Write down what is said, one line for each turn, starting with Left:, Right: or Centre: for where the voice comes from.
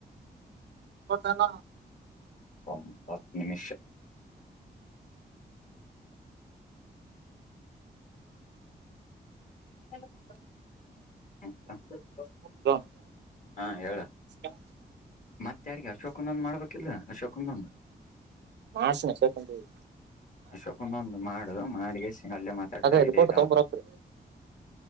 Right: ಕೋಡ್ತಾನ
Left: ಒಂಬತ್ ಮಿನಿಷ <unintelligible>
Right: <unintelligible>
Left: ಹಾ ಹೇಳ
Right: <unintelligible>
Left: ಮತ್ ಯಾರಿಗೆ ಅಶೋಕಗೊಂದ್ ಮಾಡ್ಬೇಕಿಲ್ಲ ಅಶೋಕ್ ಕನ್ನೊಂದು
Right: ಮಾಸನ್ ಎಫೆಕ್ಟ್ ಅಂತೆಳ್ತೀವಿ
Left: ಅಶೋಕನ ಒಂದು ಮಾಡು ಮಾಡಿಗೆಸಿ ಅಲ್ಲೇ ಮಾತಾಡ್ರೆ
Right: ಅದೆ ಅದು
Left: ಐದ್
Right: ಫೋಟೋ
Left: ಐದ್
Right: ತೊಗಂಬರ್ಬೇಕ್ರಿ.
Left: ಆತವ್